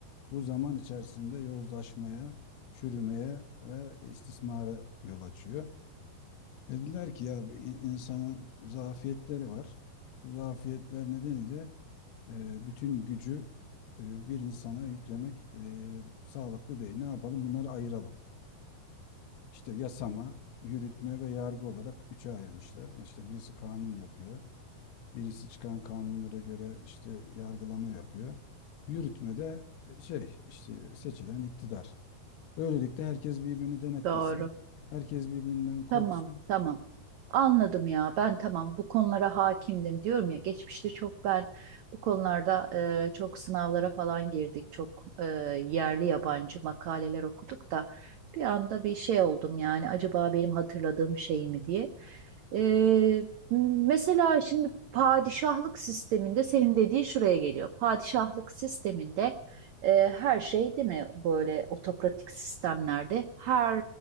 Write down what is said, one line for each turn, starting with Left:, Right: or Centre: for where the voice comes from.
Left: bu zaman içerisinde yozlaşmaya, çürümeye ve istismara yol açıyor. Dediler ki ya bir in- insanın zafiyetleri var. Bu zafiyetler nedeniyle e, bütün gücü e, bir insana yüklemek e, sağlıklı değil. Ne yapalım? Bunları ayıralım. İşte yasama, yürütme ve yargı olarak üçe ayırmışlar. E İşte birisi kanun yapıyor. Birisi çıkan kanunlara göre işte yargılama yapıyor. Yürütme de e, şey işte seçilen iktidar. Böylelikle herkes birbirini denetlesin.
Right: Doğru.
Left: Herkes birbirinden korksun.
Right: Tamam, tamam. Anladım ya. Ben tamam bu konulara hakimdim diyorum ya. Geçmişte çok ben bu konularda e, çok sınavlara falan girdik. Çok e, yerli yabancı makaleler okuduk da bir anda bir şey oldum yani acaba benim hatırladığım şey mi diye. E, mesela şimdi padişahlık sisteminde senin dediğin şuraya geliyor. Padişahlık sisteminde e, her şey değil mi böyle otokratik sistemlerde her